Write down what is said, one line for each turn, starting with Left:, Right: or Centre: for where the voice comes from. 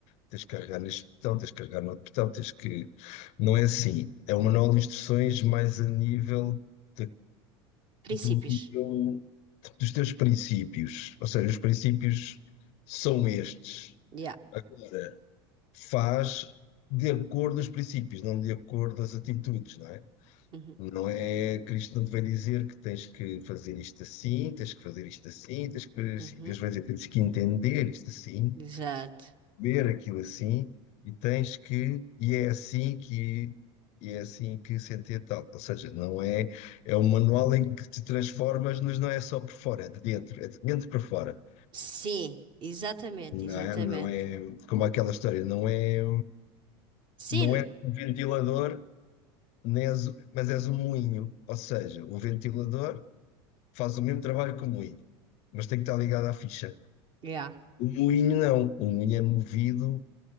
Left: Tens de carregar neste botão, tens de carregar no outro botão, tens que. Não é assim. É um manual de instruções mais a nível de-
Right: Princípios.
Left: do teu- dos teus princípios. Ou seja, os princípios são estes.
Right: Yeah.
Left: Agora, faz de acordo aos princípios, não de acordo às atitudes, não é?
Right: Uhum.
Left: Não é, Cristo não te vai dizer que tens que fazer isto assim, tens que fazer isto assim, tens que fazer assim.
Right: Uhum.
Left: Deus vai dizer que tens que entender isto assim,
Right: Exato.
Left: ver aquilo assim e tens que e é assim que e é assim que se entende tal. Ou seja, não é é um manual em que te transformas, mas não é só por fora, é de dentro, é de dentro para fora.
Right: Sim, exatamente,
Left: Não
Right: exatamente.
Left: é, não é como aquela história, não é
Right: Sim.
Left: não é um ventilador, nem és, mas és um moinho. Ou seja, o ventilador faz o mesmo trabalho que o moinho, mas tem que estar ligado à ficha.
Right: Yeah.
Left: O moinho não, o moinho é movido